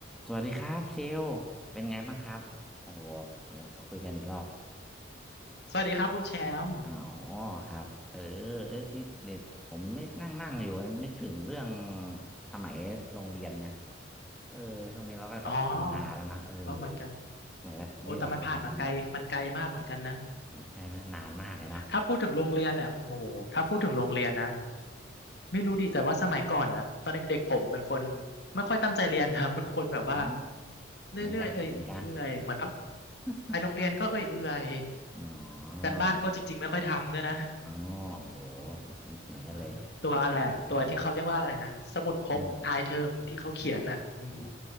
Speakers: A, in the centre; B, on the left (about 60°).
A: สวัสดีครับเชลเป็นไงบ้างครับโอ้โหเดี๋ยวคุยกันอีกรอบ
B: สวัสดีครับคุณแชมป์
A: <laughs> อ๋อครับเออเอ้ยนี่เด็ดผมไม่นั่งนั่งอยู่นึกถึงเรื่องสมัยโรงเรียนนะเออช่วงนี้เราก็แบบทำงานแล้วเนอะเออ
B: อ๋อเออเหมือนกัน
A: สมัยแบบชีวิตแบบโรงเรียนแบบ
B: โอ้แต่มันผ่านมาไกลมันไกลมากเหมือนกันนะ
A: ใช่ไหมนานมากเลยเนาะ
B: ถ้าพูดถึงโรงเรียนเนี่ยโอ้โหถ้าพูดถึงโรงเรียนนะไม่รู้ดิแต่ว่าสมัยก่อนอะตอนเด็กๆผมเป็นคนไม่ค่อยตั้งใจเรียนนะ <laughs> เป็นคนแบบว่า
A: อืม
B: เรื่อยๆเอ
A: เหมือนกันเหมือนกัน
B: ื่อยๆเหมือนแบบ
A: <laughs>
B: ไปโรงเรียนก็เอื่อย
A: อ๋อ
B: ๆการบ้านก็จริงๆไม่ค่อยทำด้วยนะ
A: อ๋อโอ้โหเหมือนกันเลย
B: ใช่ตัวอะไรอ่ะตัวที่เขาเรียกว่าอะไรนะสมุดพกท้ายเทอมที่เขาเขียนอ่ะอืม
A: อืมอะไรเนาะสมุดจดอ๋อ